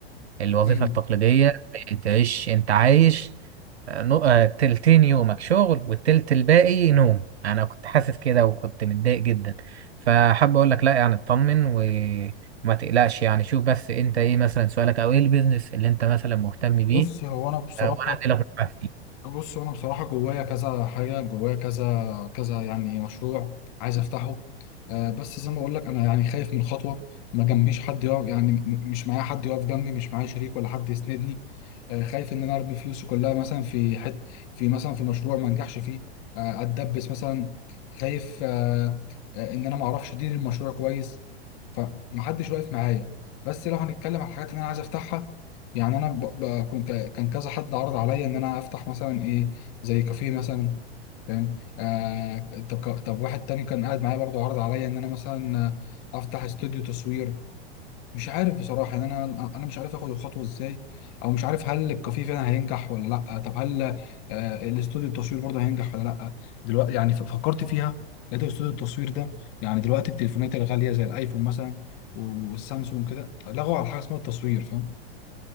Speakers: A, on the right (about 85°); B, on the left (about 50°).
A: الوظيفه
B: امم
A: التقليديه تعيش انت عايش آه، نو- آه، تلتين يومك شغل والتلت الباقي نوم انا كنت حاسس كده وكنت متضايق جدا فحاب اقول لك لا يعني اطمن وما تقلقش يعني شوف بس انت ايه مثلا سؤالك او ايه البيزنس اللي انت مثلا مهتم بيه
B: بص هو انا بصراحه
A: آه، وانا اديلك نصيحة
B: بص انا بصراحه جوايا كذا حاجه جوايا كذا كذا يعني مشروع عايز افتحه آه بس زي ما بقول لك انا يعني خايف من الخطوه ما جنبيش حد يقف يعني م- مش معايا حد يقف جنبي مش معايا شريك ولا حد يسندني آه خايف ان انا ارمي فلوسي كلها مثلا في حت في مثلا في مشروع ما انجحش فيه آه اتدبس مثلا خايف آه آه ان انا ما اعرفش ادير المشروع كويس فمحدش واقف معايا بس لو هنتكلم على الحاجات اللي انا عايز افتحها يعني انا ب... ب... كنت كان كذا حد عرض عليا ان انا افتح مثلا ايه زي كافيه مثلا فاهم آه... طب ك- طب واحد تاني كان قاعد معايا برضو عرض عليا ان انا مثلا آه، افتح استوديو تصوير مش عارف بصراحة ان انا انا مش عارف اخد الخطوة ازاي او مش عارف هل الكافيه فعلا هينجح ولا لا طب هل آه... الاستوديو التصوير برضه هينجح ولا لا دلوقتي يعني ف- فكرت فيها لقيت استوديو التصوير ده يعني دلوقتي التليفونات الغالية زي الايفون مثلا والسامسونج كده لغوا على حاجة اسمها التصوير فاهم